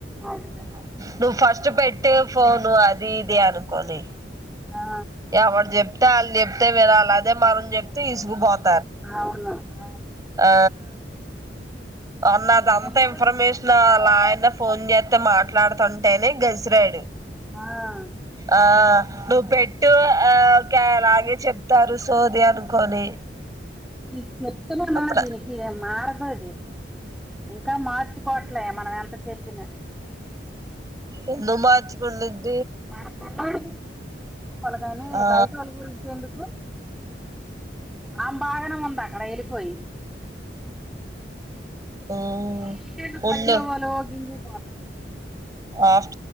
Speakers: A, in the centre; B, on the right.
A: అే <inaudible>
B: <unintelligible> నువ్వు ఫస్ట్ పెట్టే ఫోను అది ఇది అనుకోని
A: ఆ,
B: ఎవడు జప్తే ఆళ్లు చెప్తే వినాల అదే మనం చెప్తే ఇసుగుపోద్ది
A: అవును ఆ
B: ఆ ఉన్నదంతా
A: ముందు పిల్లోడికి
B: ఇన్ఫర్మేషన్
A: చూసుకోవాలి
B: వాళ్ళ ఆయన ఫోన్ చేస్తే మా మాట్లాడుతుంటేనే గసిరాడు
A: ఆ,
B: ఆ ను పెట్టు ఆ ఓకే అలాగే చెప్తారు సోది అనుకోని
A: హ్ చెప్తున్నానా
B: అప్పుడ
A: దీనికి మారదు ఇంకా మార్చుకోవట్లే మనం ఎంత చెప్పిన
B: ఎందు మార్చుకుండుద్ది
A: మన పిల్లోడి గురించి ను వాళ్ళగానే
B: ఆ
A: బయటోళ్ళ గురించేందుకు ఆమె బాగానే ఉంది అక్కడ ఏలిపోయి
B: మ్
A: ఏ ఇ మధరవ్వలో
B: ఉండు
A: హంది <unintelligible> <inaudible>
B: ఆఫ్